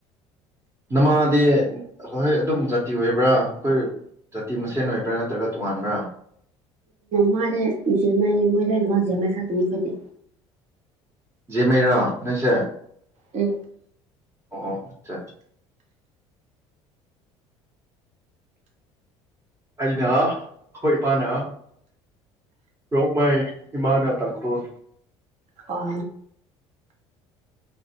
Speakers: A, on the right; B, on the right.
A: ꯅꯃꯥꯗꯤ ꯍꯍꯣꯏ ꯑꯗꯨꯝ ꯖꯥꯇꯤ ꯑꯣꯏꯕ꯭ꯔꯥ ꯑꯩꯈꯣꯏ ꯖꯥꯇꯤ ꯃꯁꯦꯟ ꯑꯣꯏꯕ꯭ꯔꯥ ꯅꯠꯇ꯭ꯔꯒ ꯇꯣꯉꯥꯟꯕ꯭ꯔꯥ
B: ꯃꯥꯅꯦꯦ ꯖ ꯃꯥꯏ ꯃꯣꯏ ꯂꯣꯏꯅ ꯃꯥ ꯖꯦ ꯃꯥꯏ ꯁꯥꯇꯅꯤ ꯑꯩꯈꯣꯏꯗꯤ
A: ꯖ ꯃꯩꯔꯣ ꯅꯤꯡꯆꯦ
B: ꯎ
A: ꯑꯣꯆꯥ ꯑꯅ ꯑꯩꯈꯣꯏ ꯏꯄꯥꯅꯥ ꯔꯣꯃꯥꯏ ꯏꯃꯥ ꯇꯪꯈꯣꯜ
B: ꯑꯣ